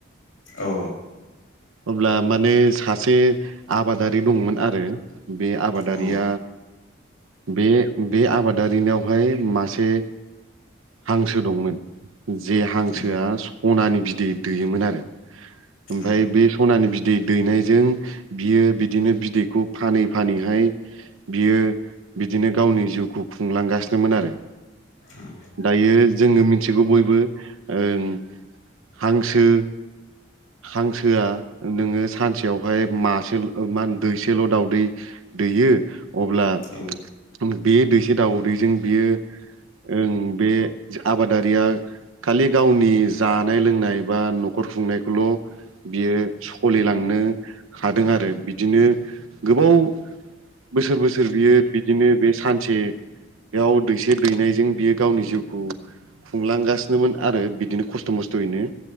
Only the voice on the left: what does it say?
औ
औ
उम
औ
औ
औ